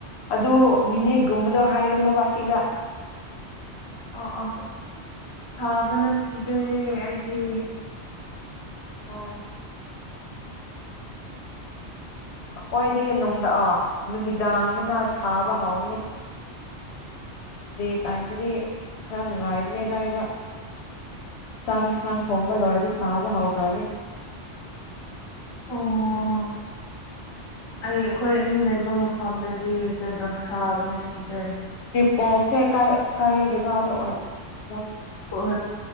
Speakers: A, on the left (about 70°); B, on the left (about 30°).
A: ꯑꯗꯨ ꯃꯤꯅꯤꯠꯒꯨꯝꯕꯗꯣ ꯍꯥꯏꯒꯅꯣꯕ ꯑꯁꯤꯗ
B: ꯑ ꯑ ꯑ ꯁꯥꯕꯅ ꯁꯤꯗꯣꯏꯔꯦ ꯑꯩꯗꯤ
A: ꯑꯣ ꯍꯣꯏꯗꯤ ꯅꯨꯡꯗꯥ ꯅꯨꯃꯤꯗꯥꯡꯗꯅ ꯁꯥꯕ ꯍꯥꯎꯕꯅꯦ ꯗꯦ ꯇꯥꯏꯝꯗꯗꯤ ꯈꯔ ꯅꯨꯡꯉꯥꯏꯕꯅꯦ ꯂꯥꯏꯕ ꯆꯥꯛ ꯌꯦꯟꯁꯥꯡ ꯊꯣꯡꯕ ꯂꯣꯏꯔꯗꯤ ꯁꯥꯕ ꯍꯧꯈ꯭ꯔꯅꯤ
B: ꯑꯣ
A: <unintelligible>
B: ꯑꯩ ꯑꯩꯈꯣꯏ ꯑꯅꯤ ꯂꯩꯕ ꯃꯐꯝꯗꯗꯤ ꯀꯩꯅꯣ ꯁꯥꯕꯅ ꯁꯤꯇꯥꯔꯦ
A: ꯄꯁꯦ ꯀ ꯀꯔꯤ ꯖꯒꯥꯗ ꯑꯣꯏ
B: ꯑꯣ